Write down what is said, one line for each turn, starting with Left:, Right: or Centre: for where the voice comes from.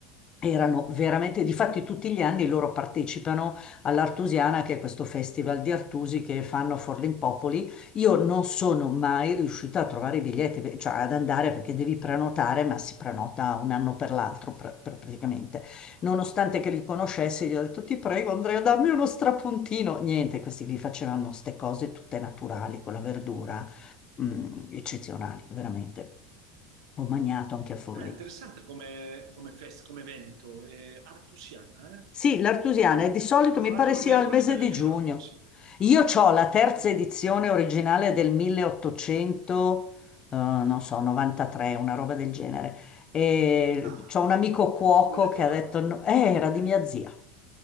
Left: Erano veramente, difatti tutti gli anni loro partecipano all'Artusiana, che è questo festival di Artusi che fanno a Forlimpopoli. Io non sono mai riuscita a trovare i biglietti, beh, cioè ad andare perché devi prenotare, ma si prenota un anno per l'altro pr- pr- praticamente. Nonostante che li conoscessi, gli ho detto ti prego Andrea, dammi uno strapuntino. Niente, questi qui facevano queste cose tutte naturali con la verdura, mm, eccezionali, veramente. Ho mangiato anche a Forlì.
Right: Ah, è interessante come, come fest, come evento, è artusiana,
Left: Sì,
Right: eh?
Left: l'artusiana
Right: Dal-
Left: e di solito
Right: oh, tra
Left: mi
Right: l'altro
Left: pare sia
Right: ho un libro
Left: al mese
Right: di Pellegrino
Left: di giugno.
Right: Artusi.
Left: Io ho la terza
Right: Mm.
Left: edizione originale del 1800, eh, non so, 93, una roba del genere. E
Right: Dai,
Left: c'ho un amico cuoco
Right: dove l'hai
Left: che
Right: trovata?
Left: ha detto, "No, eh, era di mia zia.